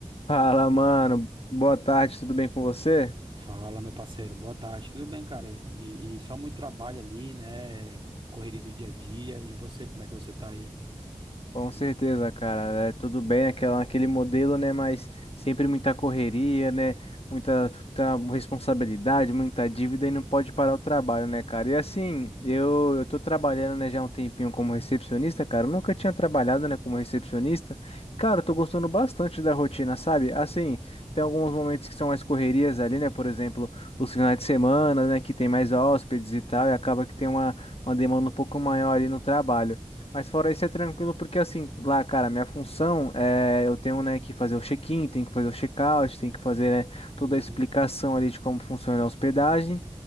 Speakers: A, on the left; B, on the right.
A: Fala, mano. Boa tarde, tudo bem com você?
B: Fala, meu parceiro, boa tarde, tudo bem, cara? E, e só muito trabalho ali, né? Correria do dia a dia. E você, como é que você tá aí?
A: Com certeza, cara. É tudo bem aquela, aquele modelo, né? Mas sempre muita correria, né? Muita, muita responsabilidade, muita dívida e não pode parar o trabalho, né, cara? E assim, eu, eu tô trabalhando, né, já há um tempinho como recepcionista, cara. Eu nunca tinha trabalhado, né, como recepcionista. E, cara, eu tô gostando bastante da rotina, sabe? Assim, tem alguns momentos que são mais correrias ali, né? Por exemplo, os finais de semana, né? Que tem mais hóspedes e tal, e acaba que tem uma, uma demanda um pouco maior ali no trabalho. Mas fora isso é tranquilo, porque assim, lá, cara, minha função é eu tenho, né, que fazer o check-in, tenho que fazer o check-out, tenho que fazer, né, toda
B: Uhum.
A: a explicação ali de como funciona a hospedagem.